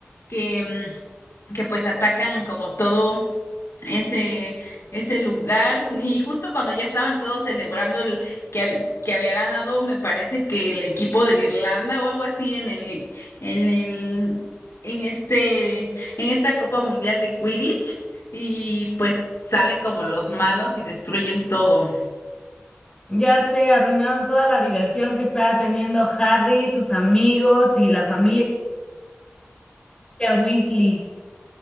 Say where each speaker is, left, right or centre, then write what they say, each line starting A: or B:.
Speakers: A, on the left (about 75°); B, on the left (about 20°).
A: que... mm, que pues atacan como todo ese, ese lugar y justo cuando ya estaban todos celebrando el, que, hab- que había ganado, me parece que el equipo de Irlanda o algo así en el, en el, en este, en esta Copa Mundial de Quidditch y pues salen como los malos y destruyen todo.
B: Ya sé, arruinaron toda la diversión que estaba teniendo Harry, sus amigos y la familia Weasley.